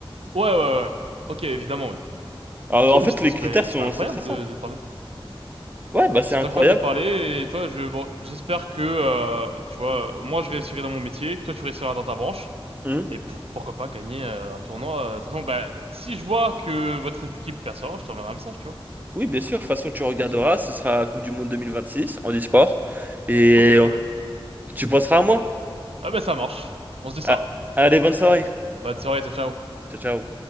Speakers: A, on the right; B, on the right.
A: ouais, ouais. Ok, évidemment, oui.
B: Alors,
A: Ok,
B: en fait,
A: mais c'était
B: les critères
A: mais
B: sont,
A: c'était incroyable
B: sont très simples.
A: de, de te parler.
B: Ouais, bah c'est
A: C'est
B: incroyable.
A: incroyable de parler et toi, je bon, j'espère que euh, tu vois, moi je réussirai dans mon métier, que toi tu réussiras dans ta branche
B: Hum.
A: et pour- pourquoi pas gagner euh, un tournoi. euh, De toute façon, bah si je vois que votre équipe percevra, je t'enverrai un message, tu vois.
B: Oui, bien sûr. De toute façon, tu regarderas,
A: Avec plaisir.
B: ce sera Coupe du Monde 2026 en e-sport. Et
A: Ok, ouais,
B: euh,
A: bah
B: tu penseras à moi.
A: ah bah ça marche. On se dit ça.
B: Ah, allez, bonne soirée.
A: Bonne soirée, ciao, ciao.
B: Ciao, ciao.